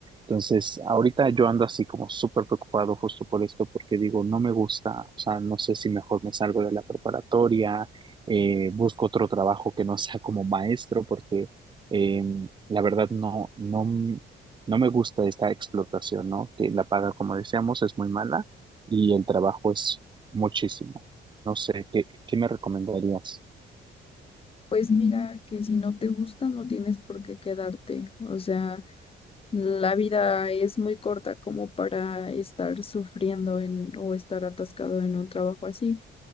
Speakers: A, on the right; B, on the left.
A: Entonces, ahorita yo ando así como súper preocupado justo por esto, porque digo, no me gusta, o sea, no sé si mejor me salgo de la preparatoria, eh, busco otro trabajo que no <laughs> sea como maestro, porque eh, la verdad no, no, m- no me gusta esta explotación, ¿no? Que la paga, como decíamos, es muy mala y el trabajo es muchísimo. No sé, ¿qué, qué me recomendarías?
B: Pues mira, que si no te gusta, no tienes por qué quedarte. O sea, la vida es muy corta como para estar sufriendo en, o estar atascado en un trabajo así.